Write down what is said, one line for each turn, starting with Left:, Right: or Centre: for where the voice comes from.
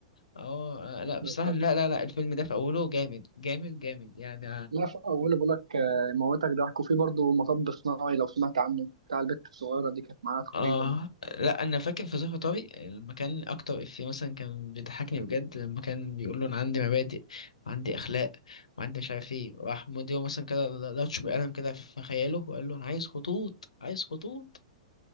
Left: اه آه، لا بصراحه
Right: بالظبط
Left: لا لا لا الفيلم ده في اوله جامد جامد جامد يعني
Right: لا في اوله بقول لك آه، موتك ضحك وفي برضه مطب صناعي لو سمعت عنه بتاع البت الصغيره دي كانت معاه
Left: اه
Right: تقريبا
Left: لا انا فاكر في ظرف طارق لما كان اكتر افيه مثلا كان بيضحكني بجد لما كان بيقول له انا عندي مبادئ وعندي اخلاق وعندي مش عارف ايه راح مديره مثلا كده لطش بالقلم كده في خياله وقال له انا عايز خطوط عايز خطوط